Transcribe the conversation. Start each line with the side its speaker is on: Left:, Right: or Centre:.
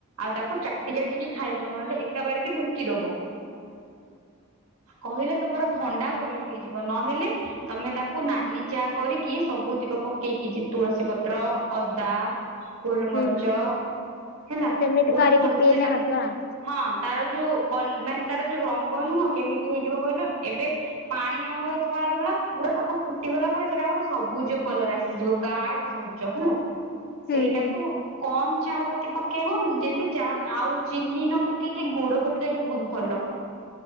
Right: ଆଉ ତାକୁ ଚାଟି ଚାଟିକି ଖାଇବ ନହେଲେ ଏକାବାରକେ ଢୋକି ଦବ। କହିଲେ ତମର ଥଣ୍ଡା ଭଲ ହେଇଯିବ ନହେଲେ ତମେ ତାକୁ ନାଲି ଚାଆ କରିକି ସବୁତିକ ପକେଇକି ଯି ତୁଳସୀ ପତ୍ର ଅ ଅଦା, ଗୋଲମରିଚ
Left: ହୁଁ ହୁଁ
Right: ହେଲା
Left: ସେମିତି
Right: ପୁରା
Left: କରିକି
Right: ଭଲସେ
Left: ପିଇଲେ
Right: ତାକୁ
Left: ହବ ଆଉ
Right: ହଁ ତାର ଯୋଉ କଲ୍ ମାନେ ତାର ଯୋଉ ରଙ୍ଗ ନୁହଁ କେମିତି ହେଇଯିବ କହିଲ ଏବେ ପାଣି ଆମର ଧଳା ଧଳା ପୁରା ତାକୁ ଫୁଟିଗଲା ପରେ ସେଟା ଗୋଟେ ସବୁଜ କଲର ଆସିଯିବ ଗାଢ଼ ସବୁଜ ହେଲା
Left: ହୁଁ
Right: ସେଇଟାକୁ
Left: ହୁଁ।
Right: କମ୍ ଚାହା ପତି ପକେଇବ ଯେନ୍ତି ଚା ଆଉ ଚିନି ନ ପକେଇକି ଗୁଡ ପକେଇଲେ ବୋହୁତ ଭଲ।